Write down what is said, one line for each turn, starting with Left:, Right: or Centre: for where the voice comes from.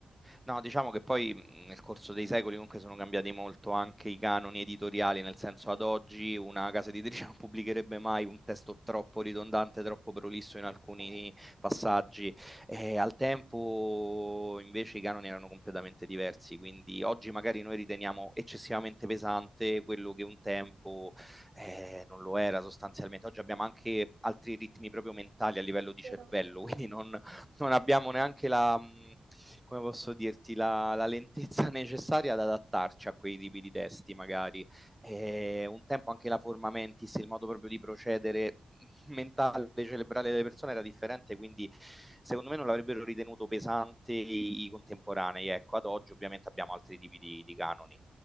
Centre: No, diciamo che poi mh, nel corso dei secoli comunque sono cambiati molto anche i canoni editoriali, nel senso ad
Right: Eh,
Centre: oggi una casa editrice <laughs> non pubblicherebbe mai un testo troppo ridondante, troppo prolisso in alcuni
Right: Eh,
Centre: passaggi. E al tempo invece i canoni erano completamente diversi, quindi oggi magari noi riteniamo eccessivamente pesante quello che un tempo eh, non lo era sostanzialmente. Oggi abbiamo anche altri ritmi proprio mentali a livello di
Right: però
Centre: cervello, <laughs> quindi non, non abbiamo neanche la, mh, come posso dirti, la, la lentezza <laughs> necessaria ad adattarci a quei tipi di testi, magari. Eh, un tempo anche la forma mentis, il modo proprio di procedere <laughs> mentale, cerebrale delle persone era differente, quindi secondo me non l'avrebbero ritenuto pesante i, i contemporanei. Ecco, ad oggi ovviamente abbiamo altri tipi di, di canoni.